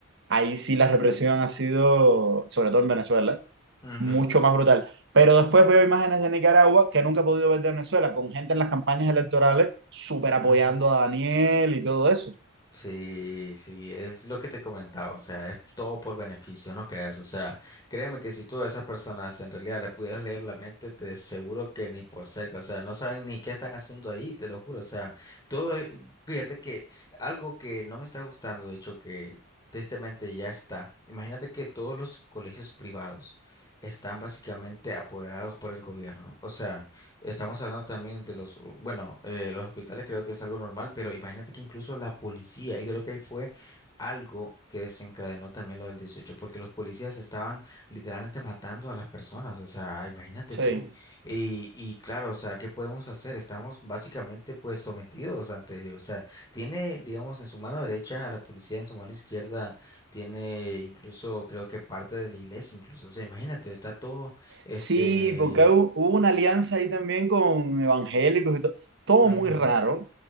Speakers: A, on the right; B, on the left.
A: ahí sí la represión ha sido, sobre todo en Venezuela,
B: ujú,
A: mucho más brutal. Pero después veo imágenes de Nicaragua que nunca he podido ver de Venezuela, con gente en las campañas electorales súper apoyando
B: ujú.
A: a Daniel y todo eso.
B: Sí, sí, es lo que te comentaba, o sea, es todo por beneficio, no creas, o sea, créeme que si tú a esas personas en realidad le pudieras leer la mente, te aseguro que ni por cerca, o sea, no saben ni qué están haciendo ahí, te lo juro, o sea, todo, es- fíjate que algo que no me está gustando, de hecho, que tristemente ya está, imagínate que todos los colegios privados están básicamente apoderados por el gobierno, o sea... Estamos hablando también de los, bueno, eh, los hospitales creo que es algo normal, pero imagínate que incluso la policía, y creo que ahí fue algo que desencadenó también lo del 18 porque los policías estaban literalmente matando a las personas, o sea, imagínate tú.
A: Sí.
B: Y, y claro, o sea, ¿qué podemos hacer? Estamos básicamente pues sometidos ante ellos, o sea, tiene, digamos, en su mano derecha a la policía, en su mano izquierda tiene incluso, creo que parte de la iglesia, incluso, o sea, imagínate, está todo, este...
A: Sí, porque hu- hubo una alianza ahí también con evangélicos y todo. Todo
B: ujú.
A: muy raro,